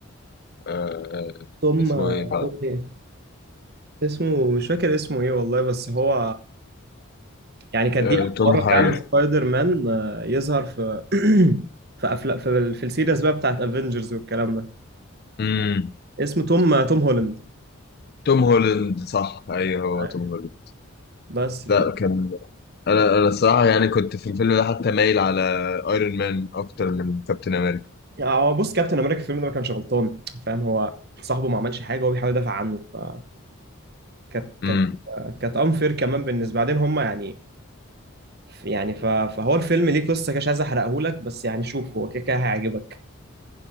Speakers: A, on the left; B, on the right.
A: آه... آه،
B: توم
A: اسمه
B: آه،
A: ايه فعلا
B: توم ايه اسمه مش فاكر اسمه ايه والله بس هو يعني كانت
A: آه...
B: دي اول
A: توم حاجه
B: مره فعلا سبايدر مان آه، يظهر في <clears throat> في افلام في, في السيريز بقى بتاعت افنجرز والكلام ده
A: امم
B: اسمه توم توم هولاند
A: توم هولاند صح ايوه هو
B: أيوة.
A: توم هولاند
B: بس ف
A: لا كان انا انا الصراحه يعني كنت في الفيلم ده حتى مايل على ايرون مان اكتر من كابتن امريكا
B: يعني هو بص كابتن امريكا في الفيلم ده ما كانش غلطان فاهم هو صاحبه ما عملش حاجه هو بيحاول يدافع عنه فكانت كانت
A: امم
B: كانت انفير كمان بالنسبه بعدين هم يعني يعني ف- فهو الفيلم ليه قصه كده مش عايز احرقه لك بس يعني شوف هو كده كده هيعجبك